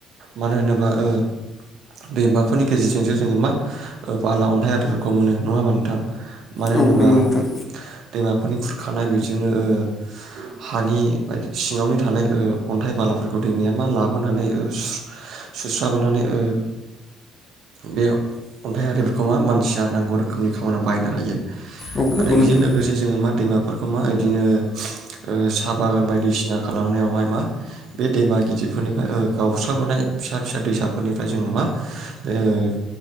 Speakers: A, on the right (about 65°); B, on the left (about 35°).
A: मानो होनो ब्ला ओ दैमाफोरनि गेजेरजोंसो जोङो मा ओ बाला अन्थाइ आरिफोरखौ मोनो नङा होमबा नोंथां। मानो
B: औ
A: होनोबा
B: नंगौ नोंथां
A: दैमाफोरनि खुर खानाय बेजोंनो ओ हानि बायदि सिङावनो थानाय ओ अन्थाइ बालाफोरखौ दैमाया मा लाबो लाबोनानै ओ सु-सुस्रांबोनानै ओ बे अन्थाइ आरिफोरखौ मा मानसिया नांगौ रोखोमनि खामानियाव बाहायनो हायो।
B: औ नंगौ
A: आरो बेजों
B: नोंथां
A: लोगोसे जोङो मा दैमा फोरखौ मा इदिनो ओ साहा बागान बायदिसिना खालामनायावहाय मा बे दैमा गिदिर बेफोरनिफ्राय ओ गावस्राबोनाय फिसा फिसा दैसाफोरनिफ्राय जोङो मा बे ओ